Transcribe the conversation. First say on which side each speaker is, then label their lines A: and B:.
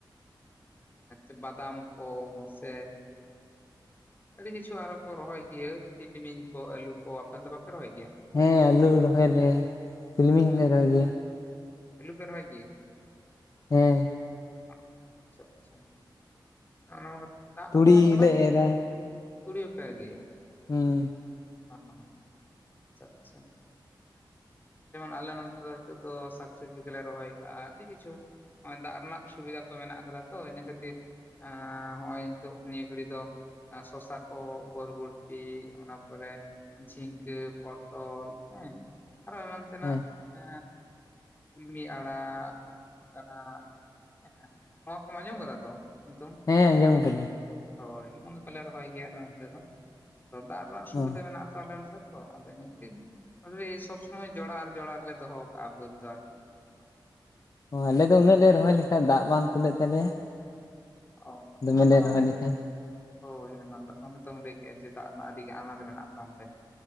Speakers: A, on the left; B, on the left.
A: ᱮᱸᱻ ᱵᱟᱫᱟᱢ ᱠᱚ ᱥᱮ ᱟᱹᱰᱤ ᱠᱤᱪᱷᱩ ᱟᱨᱦᱚᱸ ᱠᱚ ᱨᱚᱦᱚᱭ ᱜᱤᱭᱟ ᱛᱤᱞᱢᱤᱧ ᱠᱚ ᱟᱹᱞᱩ ᱠᱚ ᱟᱯᱮ ᱱᱚᱛᱮ ᱫᱚ ᱵᱟᱯᱮ ᱨᱚᱦᱚᱭ ᱜᱮᱭᱟ?
B: ᱦᱮᱸ ᱟᱹᱞᱩ ᱨᱚᱦᱚᱭ ᱟᱞᱮ ᱛᱤᱞᱢᱤᱧ ᱦᱚᱞᱮ ᱨᱚᱦᱚᱭ ᱜᱮᱭᱟ᱾
A: ᱟᱹᱞᱩ ᱯᱮ ᱨᱚᱦᱚᱭ ᱜᱮ
B: ᱦᱮᱸ ᱾
A: ᱟᱪᱪᱷᱟ ᱟᱪᱪᱷᱟ <unintelligible> ᱫᱟᱜ
B: ᱛᱩᱲᱤ
A: ᱦᱚᱸ ᱚᱱᱟ
B: ᱞᱮ ᱮᱨᱟ
A: ᱛᱩᱲᱤ ᱦᱚᱯᱮ ᱮᱨ ᱜᱮᱭᱟ
B: ᱦᱮᱸ ᱾
A: ᱚ ᱟᱪᱪᱷᱟ ᱟᱪᱪᱷᱟ ᱾ ᱡᱮᱢᱚᱱ ᱟᱞᱮ ᱱᱚᱛᱮ ᱫᱚ ᱱᱤᱛᱚᱜ ᱫᱚ ᱥᱟᱠ ᱥᱚᱵᱽᱡᱤ ᱠᱚᱞᱮ ᱨᱚᱦᱚᱭ ᱟᱠᱟᱜ-ᱟ ᱟᱹᱰᱤ ᱠᱤᱪᱷᱩ᱾ ᱱᱚᱜ ᱫᱟᱜ ᱨᱮᱱᱟᱜ ᱥᱩᱵᱤᱫᱷᱟ ᱠᱚ ᱢᱮᱱᱟᱜ ᱟᱠᱟᱫᱟ ᱛᱚ ᱤᱱᱟᱹ ᱠᱷᱟᱹᱛᱤᱨ᱾ ᱦᱚᱜ-ᱚᱭ ᱱᱤᱛᱚᱜ ᱱᱤᱭᱟᱹ ᱜᱷᱟᱹᱲᱤ ᱫᱚ ᱥᱚᱥᱟ ᱠᱚ ᱵᱚᱨᱵᱚᱴᱤ ᱚᱱᱟ ᱯᱚᱨᱮ ᱡᱷᱤᱸᱜᱟᱹ ᱯᱚᱴᱚᱞ ᱦᱮᱸ ᱟᱨᱚ ᱮᱢᱟᱱ ᱛᱮᱱᱟᱜ
B: ᱦᱮᱸ
A: ᱮ ᱠᱩᱞᱢᱤ ᱟᱲᱟᱜ ᱟᱲᱟᱜ ᱦᱮᱸ ᱱᱚᱣᱟ ᱠᱚᱢ ᱟᱸᱡᱚᱢ ᱠᱟᱫᱟ ᱛᱚ ᱧᱩᱛᱩᱢ?
B: ᱦᱮᱸ ᱟᱸᱡᱚᱢ ᱠᱟᱫᱤᱧ ᱾
A: ᱦᱳᱭ ᱱᱚᱜ ᱱᱚᱣᱟ ᱠᱚᱞᱮ ᱨᱚᱦᱚᱭ ᱜᱮᱭᱟ ᱟᱞᱮ ᱚᱱᱛᱮ ᱫᱚ ᱫᱟᱜ ᱨᱮᱱᱟᱜ ᱥᱩᱵᱤᱫᱟ
B: ᱚ
A: ᱢᱮᱱᱟᱜ ᱛᱚ᱾ ᱛᱟᱞᱮᱢ ᱥᱮᱛᱚ ᱟᱫᱚ ᱤᱱᱟᱹ ᱠᱷᱟᱛᱤᱨ ᱚᱱᱟᱜᱮ ᱥᱚᱵᱽ ᱥᱚᱢᱚᱭ ᱡᱚᱲᱟᱣ ᱟᱨ ᱡᱚᱲᱟᱣ ᱞᱮ ᱫᱚᱦᱚ ᱠᱟᱜ-ᱟ ᱵᱟᱹᱫ ᱫᱚ᱾ ᱟᱨ
B: ᱚ ᱟᱞᱮ ᱫᱚ ᱩᱱᱟᱹᱜ ᱞᱮ ᱨᱚᱦᱚᱭ ᱞᱮᱠᱷᱟᱡ ᱫᱟᱜ ᱵᱟᱝ ᱠᱩᱞᱟᱹᱜ ᱛᱟᱞᱮᱭᱟ ᱾
A: ᱚ
B: ᱫᱚᱢᱮ
A: ᱦᱮᱸ ᱚᱱᱟ
B: ᱞᱮ
A: ᱢᱟ
B: ᱨᱚᱦᱚᱭ
A: ᱠᱟᱛᱷᱟ
B: ᱞᱮᱠᱷᱟᱱ ᱾
A: ᱦᱳᱭ ᱦᱮᱢᱟᱞ ᱫᱟᱜ ᱚᱱᱮᱛᱚᱢ ᱞᱟᱹᱭ ᱠᱮᱫ-ᱟ ᱡᱮ ᱫᱟᱜ ᱨᱮᱱᱟᱜ ᱟᱹᱰᱤ ᱟᱱᱟᱴ ᱢᱮᱱᱟᱜ ᱛᱟᱢ ᱚᱱᱛᱮ᱾